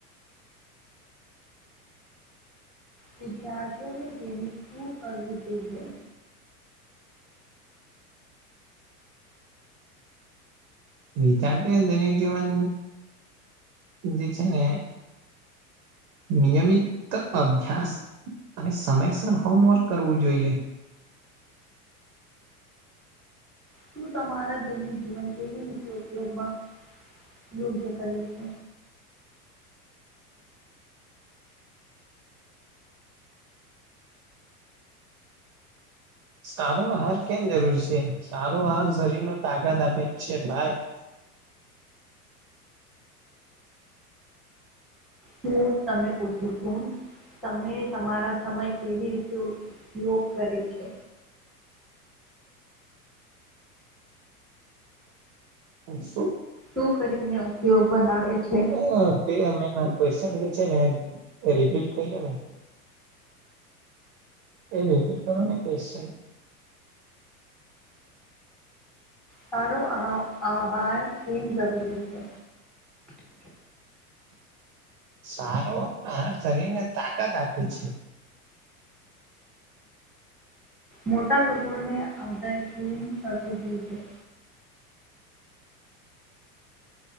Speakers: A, in the centre; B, on the right.
A: વિદ્યાર્થીઓને જેૈનિક શું કરવું જોઈએ?
B: વિદ્યાર્થીને દૈનિક જીવન જે છે ને નિયમિત અભ્યાસ અને સમયસર હોમવર્ક કરવું જોઈએ.
A: તું તમારા દૈનિક જીવન કેવી રીતે ઉપયોગમાં યોગ્ય કરે છે?
B: સારો અહાર કેમ જરૂરી છે, સારો અહાર શરીરનો તાકાત આપે જ છે ભાઈ.
A: હું તમે પૂછું છું તમે તમારા સમય કેવી રીતે ઉપયોગ કરે છે?
B: હ શું?
A: શું કરીને ઉપયોગ બનાવે છે
B: <unintelligible> ક્યુએસન જે છે ને રિપીટ કરીયો ને. એ રિપીટ કરો ક્વેશચન.
A: સારો અહાવ આહાર કેમ જરૂરી છે?
B: સારો અહાર શરીર ને તા કત આપે છે.
A: મોટા લોકોને આધારશીન કરવું જોઈએ.